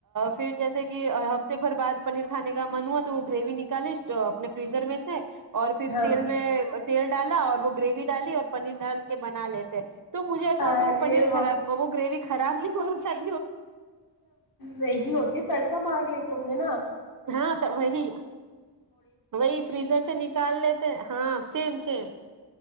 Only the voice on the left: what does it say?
ہاں
ارے
نہیں ہوتی تڑکا تڑکا مار لیتے ہونگے نہ